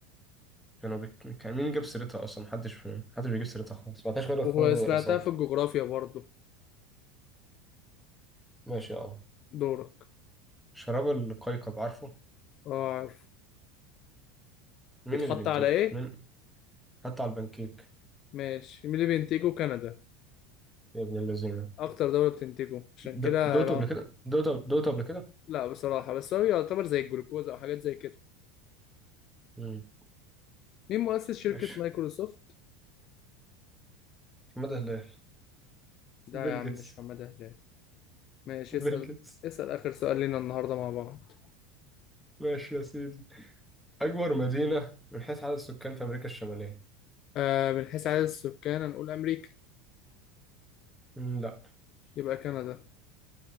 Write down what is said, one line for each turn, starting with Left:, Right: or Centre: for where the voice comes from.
Centre: كانوا بيك... كان مين جاب سيرتها اصلا محدش في... محدش بيجيب سيرتها خالص ما غير
Left: وهو
Centre: خالص
Left: سمعتها
Centre: دراسات
Left: في الجغرافيا برضو
Centre: ماشي يا عم
Left: دورك
Centre: شراب القيقب عارفه
Left: اه عارف
Centre: مين
Left: بيتحط
Centre: اللي بينتجه
Left: على ايه
Centre: مين حتى على البنكيك
Left: ماشي مين اللي بينتجه كندا
Centre: يا ابن اللذينه
Left: اكتر دولة بتنتجه عشان كده
Centre: د- دوقته
Left: لا
Centre: قبل كده دوقته دوقته قبل كده
Left: لا بصراحة بس هو يعتبر زي الجلوكوز او حاجات زي كده
Centre: مم.
Left: مين مؤسس شركة
Centre: ماشي
Left: مايكروسوفت
Centre: مدى هلال
Left: لا
Centre: بيل
Left: يا عم
Centre: جيتس
Left: مش حمادة هلال ماشي
Centre: بيل
Left: اسأل
Centre: جيتس
Left: اسأل آخر سؤال لينا النهاردة مع بعض
Centre: ماشي يا سيدي اكبر مدينه من حيث عدد السكان في امريكا الشماليه
Left: آه من حيث عدد السكان هنقول أمريكا
Centre: مم، لا
Left: يبقى كندا